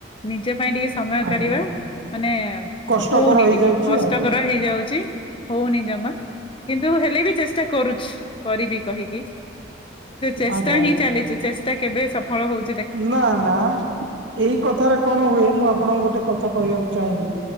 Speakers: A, on the left; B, on the right.
A: ନିଜ ପାଇଁ ଟିକେ ସମୟ କାଢିବା
B: ଆଜ୍ଞା
A: ମାନେ
B: କଷ୍ଟକର
A: ହଉନି
B: ହେଇଯାଉଛି
A: ଟିକେ କଷ୍ଟକର।
B: ଆଉ
A: ତ ହେଉ ଯାଉଛି ହୋଉନି ଜମା କିନ୍ତୁ ହେ ଲେ ବି ଚେଷ୍ଟା କରୁଛି କରିବି କହିକି ଚେଷ୍ଟା
B: ଆଜ୍ଞା
A: ହିଁ
B: ଆଜ୍ଞା
A: ଚାଲିଛି ଚେ ଟା କେବେ ସଫଳ ହଉ
B: ନା ନା ଏଇ କଥାରେ କଣ ହୁଏ ମୁଁ ଆପଣଙ୍କୁ ଗୋଟେ କଥା କହିବାକୁ ଚାହିଁବି।